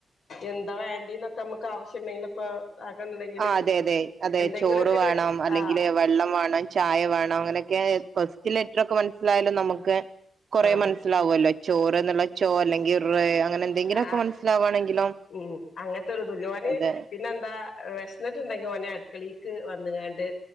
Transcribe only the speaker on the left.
എന്താ വേണ്ടീന്നൊക്കെ നമുക്ക് ആവശ്യം ഉണ്ടെങ്കിൽ ഇപ്പൊ <unintelligible>
എന്തെങ്കിലുമൊക്കെ
ഒരു
ആഹ്
ആഹ്
ആഹ്
ഉം അങ്ങനത്തെൊരിതുല്ല ഓന്
പിന്നെന്താ വിശന്നിട്ടുണ്ടെങ്കി ഓന് അടുക്കളേക്ക് വന്നങ്ങാണ്ട്